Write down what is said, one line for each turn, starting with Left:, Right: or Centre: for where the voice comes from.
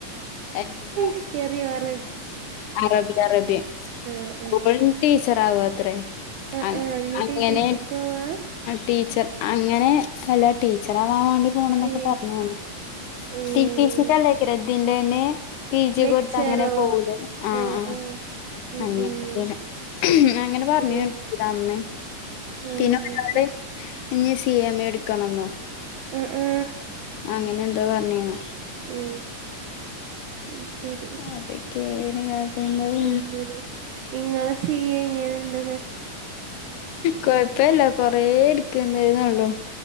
Left: <unintelligible>
Right: സ്റ്ററി വർ
Left: അറബി അറബി
Right: ആഹ് ആഹ്
Left: ഓള് ടീച്ചർ ആവാത്രേ
Right: ആഹ്
Left: അങ്ങ
Right: ആഹ് ഇഞ്ഞ്
Left: അങ്ങനെ
Right: ടി ടി സിക്ക് പോവാ
Left: ടീച്ചർ അങ്ങനെ നല്ല ടീച്ചറാ വാൻ വാണ്ടി പോണംന്നൊക്കെ
Right: ഏഹ്
Left: പറഞ്ഞതാണ്
Right: ഏഹ്
Left: <unintelligible> തിന്റെന്നേ പി ജി ഒക്കെടത്ത്
Right: ലെക്ച്ചറോ
Left: അങ്ങനെ പോവൂലേ ആ
Right: ആഹ്
Left: ആ
Right: ആഹ് ഉം
Left: അങ്ങന
Right: ഉം
Left: <unintelligible> അങ്ങനെ പറഞ്ഞു
Right: ഏഹ്
Left: <unintelligible> ഇതന്ന്
Right: ആഹ്
Left: പിന്നെ <unintelligible> ഇഞ് സി എം എ എടുക്കണംന്നോ
Right: ആ ആ
Left: അങ്ങനെ എന്തോ പറഞ്ഞീന്നു
Right: ഏ അത് ശരി
Left: അതൊക്കെയാണ് കാര്യങ്ങള്
Right: അങ്ങനെ ഇങ്ങളെ സീ എ ഇങ്ങനെണ്ട്
Left: കൊഴപ്പല്ല കൊറേ ഇട്‌ക്ക്ന്ന്ണ്ട്ന്നുള്ളു